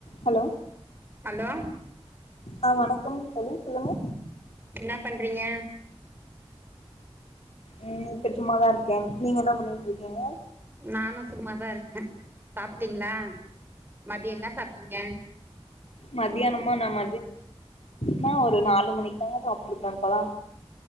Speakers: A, on the left; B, on the right.
A: ஹலோ
B: ஹலோ
A: ஆ வணக்கம் தோழி சொல்லுங்க
B: என்ன பண்றீங்க
A: ம் இப்போ சும்மாதா இருக்கேன் நீங்க என்ன பண்ணிட்டு இருக்கீங்க
B: நானும் சும்மாதா இருக்கே சாப்ட்டீங்களா மதிய என்ன சாப்ட்டீங்க
A: மதியானமா நம நா ஒரு நாலு மணிக்கு தாங்க சாப்ட்டு இருப்பே இப்பதா